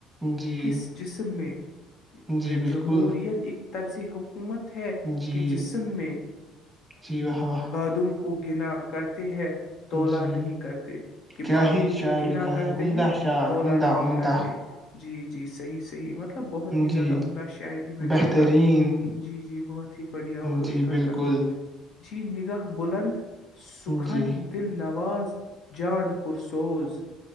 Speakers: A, in the centre; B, on the left.
A: جی
B: کس جسم میں
A: جی
B: د
A: بالکل
B: جمہوریت ایکک طرزی حکومت ہے
A: جی
B: کہ جسم میں
A: جی واہ واہ
B: بادوں کو کو گنا کرتے ہیں تولہ
A: جی
B: نہیں کرتے کہ
A: کیا
B: باتوں
A: ہی شعر
B: کو گنا
A: لکھا
B: کرتے
A: ہے عمدہ
B: ہیں
A: شعر
B: تولا
A: عمدہ
B: نہیں
A: عمدہ
B: کرتے جی جی صحیح صحیح مطلب بہت ہی زیادہ
A: جی
B: عمدہ شاعری میں
A: بہترین
B: کر جی جی بہت ہی بڑھیا اور وہی
A: جی
B: کرتا
A: بالکل
B: ہوں جی نگاہ بلند سکھن
A: جی
B: دل نواز جان پرر سوز